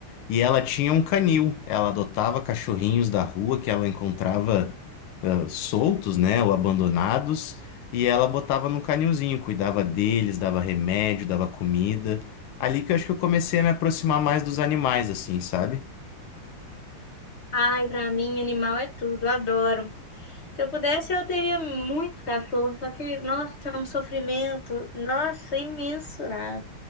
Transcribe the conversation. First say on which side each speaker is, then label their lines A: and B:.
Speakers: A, on the left (about 80°); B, on the left (about 50°).
A: e ela tinha um canil. Ela adotava cachorrinhos da rua que ela encontrava ah, soltos, né, ou abandonados, e ela botava no canilzinho, cuidava deles, dava remédio, dava comida. Ali que eu acho que eu comecei a me aproximar mais dos animais, assim, sabe?
B: Ai, pra mim, animal é tudo. Adoro. Se eu pudesse, eu teria muitos cachorros. Só que, nossa, é um sofrimento. Nossa, imensurável.